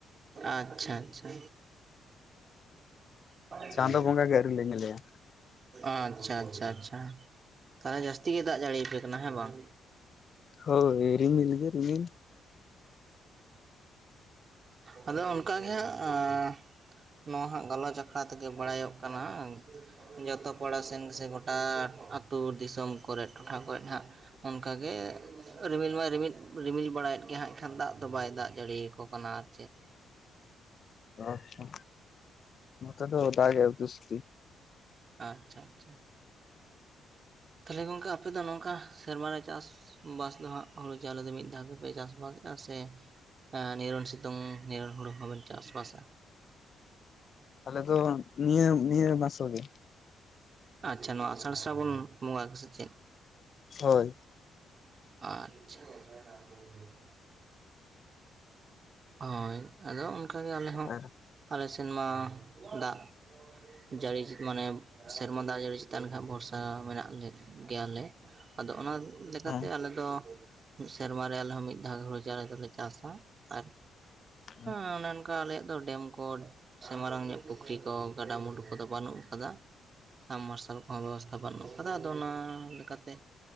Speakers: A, on the right (about 45°); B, on the left (about 50°).
A: ᱟᱪᱪᱷᱟ-ᱪᱷᱟ᱾ ᱯᱟᱪᱮᱜ
B: ᱪᱟᱸᱫᱳ
A: ᱴᱤᱠ ᱜᱮᱭᱟ᱾
B: ᱵᱚᱸᱜᱟ ᱜᱮ ᱟᱹᱣᱨᱤ ᱞᱮ ᱧᱮᱞᱮᱭᱟ
A: ᱟᱼᱪᱪᱷᱟ, ᱪᱷᱟ, ᱪᱷᱟ, ᱛᱟᱦᱞᱮ ᱡᱟᱹᱥᱛᱤ ᱜᱮ ᱫᱟᱜ ᱡᱟᱹᱲᱤ ᱭᱟᱯᱮ ᱠᱟᱱᱟ ᱦᱮᱸ, ᱵᱟᱝ!
B: ᱦᱳᱭ, ᱨᱤᱢᱤᱞ ᱜᱮᱹ ᱨᱤᱢᱤᱞ᱾
A: ᱚᱸ ᱟᱫᱚᱸ ᱚᱱᱠᱟ ᱜᱮ ᱦᱟᱸᱜ ᱟᱸ ᱱᱚᱣᱟ ᱦᱟᱸᱜ ᱜᱟᱞᱚᱪ ᱟᱠᱷᱲᱟ ᱛᱮᱜᱮ ᱵᱟᱲᱟᱭᱚᱜ ᱠᱟᱱᱟᱻ ᱟᱝᱛᱷ ᱡᱚᱛᱚ ᱠᱚᱲᱟ ᱥᱮᱱ ᱥᱮ ᱜᱚᱴᱟ ᱟᱛᱩ ᱫᱤᱥᱚᱢ ᱠᱚᱨᱮᱜ, ᱴᱚᱴᱷᱟ ᱠᱚᱨᱮᱜ ᱦᱟᱸᱜ᱾ ᱚᱱᱠᱟ ᱜᱮᱹᱻ ᱨᱤᱢᱤᱞ ᱢᱟᱭ ᱨᱤᱢᱤᱫ, ᱨᱤᱢᱤᱞ ᱵᱟᱲᱟᱭᱮᱫ ᱜᱮ ᱦᱟᱸᱜ᱾ ᱠᱷᱟᱱ ᱫᱟᱜ ᱫᱚ, ᱵᱟᱭ ᱫᱟᱜ ᱡᱟᱹᱲᱤᱭ ᱠᱚ ᱠᱟᱱᱟ ᱟᱨ ᱪᱮᱫ!
B: ᱚᱼᱣᱟᱪᱪᱷᱟ, ᱱᱚᱛᱮ ᱫᱚ ᱫᱟᱜᱮ ᱩᱛᱤ-ᱥᱩᱛᱤ᱾
A: ᱟᱼᱪᱪᱷᱟ-ᱪᱷᱟ᱾ ᱛᱷᱟᱞᱮ ᱜᱚᱝᱠᱮ ᱟᱯᱮ ᱫᱚ ᱱᱚᱝᱠᱟᱦ ᱥᱮᱨᱢᱟᱨᱮ ᱪᱟᱥ- -ᱵᱟᱥ ᱫᱚ ᱦᱟᱸᱜ ᱦᱩᱲᱩ ᱪᱟᱣᱞᱮ ᱫᱚ ᱢᱤᱜ ᱫᱷᱟᱣ ᱜᱮᱯᱮ ᱪᱟᱥ-ᱵᱟᱥᱮᱜᱼᱟ ᱥᱮ ᱦᱮᱸ ᱱᱤᱨᱚᱱ ᱥᱤᱛᱩᱝ, ᱱᱤᱨᱚᱱ ᱦᱩᱲᱩ ᱦᱚᱸᱵᱮᱱ ᱪᱟᱥ-ᱵᱟᱥᱟ?
B: ᱟᱞᱮ ᱫᱚᱸ ᱱᱤᱭᱟᱹ ᱱᱤᱭᱟᱹ ᱢᱟᱥᱚ ᱜᱮ
A: ᱟᱪᱪᱷᱟ ᱱᱚᱹᱣᱟ ᱟᱥᱟᱲ ᱥᱨᱵᱚᱱ ᱵᱚᱸᱜᱟ ᱥᱮ ᱪᱮᱫ?
B: ᱦᱳᱭ ᱾
A: ᱟᱼᱪᱷᱟ ᱾ <inaudible> ᱦᱳᱭ, ᱟᱸᱫᱚ ᱚᱱᱠᱟᱹᱜᱮ ᱟᱸᱞᱮ ᱦᱚᱸ
B: ᱟᱨ
A: ᱟᱞᱮ ᱥᱮᱱ ᱢᱟ ᱫᱟᱜ ᱡᱟᱹᱲᱤ ᱪᱤᱫ ᱢᱟᱱᱮ ᱥᱮᱨᱢᱟ ᱫᱟᱜ ᱡᱟᱹᱲᱤ ᱪᱮᱛᱟᱱ ᱜᱮ ᱦᱟᱸᱜ ᱵᱷᱚᱨᱥᱟ ᱢᱮᱱᱟᱹᱜ ᱞᱮ ᱜᱮᱹᱭᱟᱞᱮ ᱾ ᱟᱫᱚ ᱚᱱᱟ ᱞᱮᱠᱟᱛᱮ
B: ᱦᱮᱸ
A: ᱟᱞᱮᱫᱚ ᱢᱤᱜ ᱥᱮᱨᱢᱟ ᱨᱮ ᱟᱸᱞᱮ ᱦᱚᱸ ᱢᱤᱫ ᱫᱷᱟᱣ ᱦᱩᱲᱩ ᱪᱟᱨᱟ ᱫᱚᱞᱮ ᱪᱟᱥᱟ, ᱟᱨ
B: ᱦᱮᱸ ᱾
A: ᱚᱱᱮ ᱚᱱᱠᱟᱹ ᱟᱸᱞᱮᱭᱟᱜ ᱫᱚ ᱰᱮᱢ ᱠᱚᱰ ᱥᱮ ᱢᱟᱨᱟᱝ ᱧᱚᱜ ᱯᱩᱠᱷᱨᱤ ᱠᱚ ᱜᱟᱰᱟᱼᱢᱩᱰᱩ ᱠᱚᱫᱚᱸ ᱵᱟᱹᱱᱩᱜ ᱟᱠᱟᱫᱟ, ᱥᱟᱢ ᱢᱟᱨᱥᱟᱞ ᱠᱚᱦᱚᱸ ᱵᱮᱵᱚᱥ ᱛᱦᱟ ᱵᱟᱹᱱᱩᱜ ᱠᱟᱫᱟ ᱟᱫᱚ ᱚᱱᱟ ᱞᱮᱹᱠᱟᱛᱮ